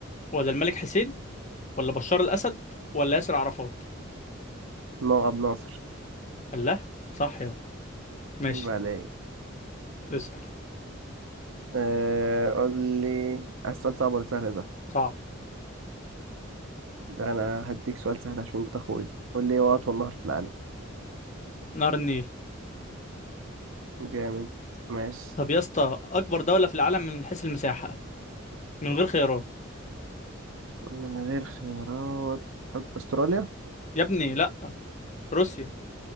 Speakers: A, on the left; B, on the right.
A: ولا الملك حسين ولا بشار الأسد ولا ياسر عرفات
B: نوع أبو ناصر
A: الله صح يا ماشي
B: يبقى عليك
A: اسأل
B: أه قول لي عايز سؤال صعب ولا سهل يا زهر
A: صعب
B: ده أنا هديك سؤال سهل عشان أنت أخويا قول لي إيه هو أطول نهر في العالم
A: نهر النيل
B: جامد ماشي
A: طب يا اسطى أكبر دولة في العالم من حيث المساحة من غير خيارات
B: من غير خيارات أستراليا
A: يا ابني لا روسيا